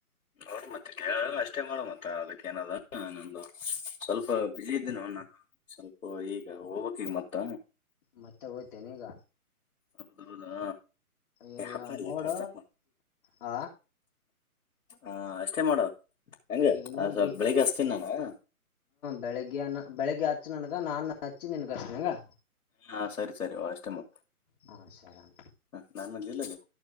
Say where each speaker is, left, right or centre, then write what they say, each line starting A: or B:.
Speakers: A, on the left (about 65°); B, on the left (about 30°).
A: ನೋಡ್ ಮತ್ತೆ ಅಷ್ಟೇ ಮಾಡ ಮತ್ತ ಅದಕ್ಕ ಏನದ ನಂದು ಸ್ವಲ್ಪ ಬಿಸಿ ಇದೀನಿ ನಾ ಸ್ವಲ್ಪ ಈಗ ಹೋಗ್ಕ್ ಈಗ ಮತ್ತ
B: ಮತ್ತೆ ಒಯ್ತೆನೆ ಈಗ
A: ಹೌದೌದಾ
B: ಈಗ
A: ಏ ಹಾಪ್ ಮಾಡ್ಲಿ
B: ನೋಡ
A: ಟಾರ್ಚ್ ಆಫ್ ಮಾಡ
B: ಹ
A: ಹಾ ಅಷ್ಟೇ ಮಾಡು ಹಂಗ
B: ಈಗ ನೋಡ್
A: ಸ್ವಲ್ಪ ಬೆಳಿಗ್ಗೆ ಹಚ್ತೀನಿ ನಾನು
B: ಬೆಳಿಗ್ಗೆನ ಬೆಳಿಗ್ಗೆ ಅ ಹಚ್ಚು ನನ್ನಗ ಹಚ್ಚಿ ನನ್ ನಿನಗ ಹೆಂಗ.
A: ಹಾ ಸರಿ ಸರಿ ಅಷ್ಟೆ ಮ
B: ಹಾ ಸರಿ ಅಣ್ಣ.
A: ಹ ನಾನಲ್ಲಲ್ಲಿ